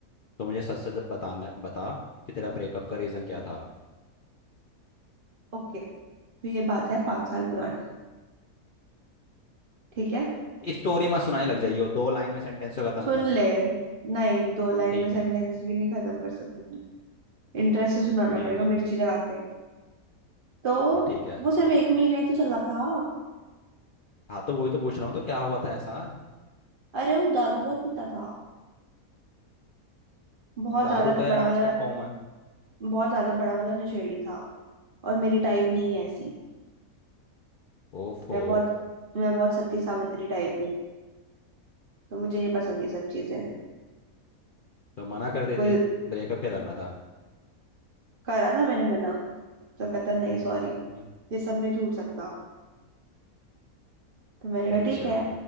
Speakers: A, on the left (about 45°); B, on the right (about 40°).
A: तो मुझे सच सच बताना बता कि तेरा ब्रेकअप का रीज़न क्या था
B: ओके तो ये बात है पांच साल पुरानी ठीक है
A: स्टोरी मत सुनाने लग जाइयो दो लाइन में सेंटेंस को ख़त्म
B: सुन
A: कर
B: ले नहीं दो लाइन
A: ठीक
B: में सेंटेंस
A: है
B: भी नहीं खत्म कर सकती मैं इंटरेस्ट से सुनाना
A: ठीक
B: पड़ेगा
A: है
B: मिर्ची लगा के तो
A: हाँ ठीक है
B: वो सिर्फ
A: अब
B: एक महीना ही तो चला था
A: हाँ तो वही तो पूछ रहा हूँ तो क्या हुआ था ऐसा
B: अरे वो दारू बहुत पीता था बहुत
A: दारू
B: ज्यादा
A: तो यार
B: बड़ा
A: आजकल
B: वाला
A: कॉम है
B: बहुत ज्यादा बड़ा वाला नशेड़ी था और मेरी टाइप नहीं है ऐसी
A: ओफो
B: मैं बहुत मैं बहुत सती सावित्री टाइप हूँ तो मुझे नहीं पसंद ये सब चीजें
A: तो मना कर देती
B: बिल्कुल
A: ब्रेकअप क्या करना था
B: करा था मैंने मना तो कहता नहीं सॉरी
A: हम्म,
B: ये सब नहीं छूट सकता तो मैंने कहा
A: अच्छा
B: ठीक है